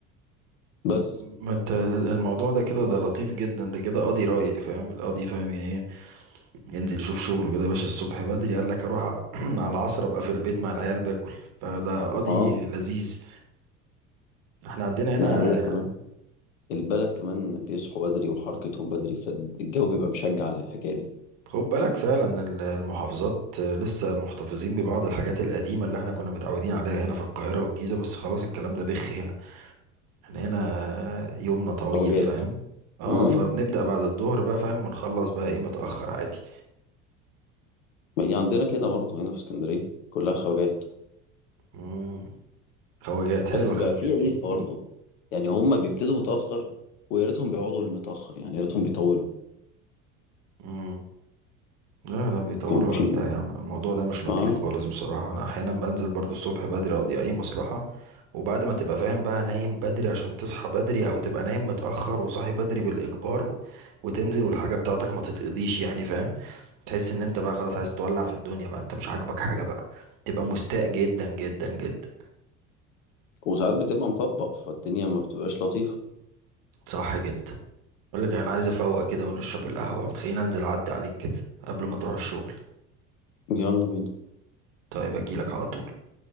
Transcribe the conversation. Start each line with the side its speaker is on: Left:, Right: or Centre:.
Left: بس
Right: ما انت الموضوع ده كده ده لطيف جدا ده كده قاضي رايق فاهم القاضي فاهم يعني ايه ينزل يشوف شغله كده يا باشا الصبح بدري قال لك اروح <clears throat> على العصر ابقى في البيت مع العيال باكل فده قاضي
Left: اه
Right: لذيذ احنا عندنا هنا
Left: لا هي كمان
Right: يعني
Left: البلد كمان بيصحوا بدري وحركتهم بدري فالجو بيبقى مشجع للحكاية دي
Right: خد بالك فعلا ال- المحافظات لسه محتفظين ببعض الحاجات القديمة اللي احنا كنا متعودين عليها هنا في القاهرة والجيزة بس خلاص الكلام ده بخ هنا احنا هنا يومنا طويل
Left: خواجات
Right: فاهم اه
Left: امم
Right: فبنبدأ بعد الظهر بقى فاهم ونخلص بقى ايه متأخر عادي
Left: ما هي عندنا كده برضه هنا في اسكندرية كلها خواجات
Right: مم. خواجات حلوة
Left: بس بقى
Right: خواجات
Left: في عيب
Right: دي <laughs>
Left: برضه يعني هم بيبتدوا متأخر ويا ريتهم بيقعدوا المتأخر يعني يا ريتهم بيطولوا
Right: مم. لا لا بيطولوا
Left: كان
Right: ولا
Left: في
Right: بتاع يا عم الموضوع ده مش لطيف
Left: اه
Right: خالص بصراحة أنا أحيانا بنزل برضو الصبح بدري أقضي أي مصلحة وبعد ما تبقى فاهم بقى نايم بدري عشان تصحى بدري أو تبقى نايم متأخر وصاحي بدري بالإجبار وتنزل والحاجة بتاعتك ما تتقضيش يعني فاهم تحس إن أنت بقى خلاص عايز تولع في الدنيا بقى أنت مش عاجبك حاجة بقى تبقى مستاء جدا جدا جدا
Left: وساعات بتبقى مطبق فالدنيا ما بتبقاش لطيفة
Right: صح جدا أقول لك أنا عايز أفوق كده ونشرب القهوة وتخليني أنزل أعدي عليك كده قبل ما تروح الشغل
Left: يلا بينا
Right: طيب أجيلك على طول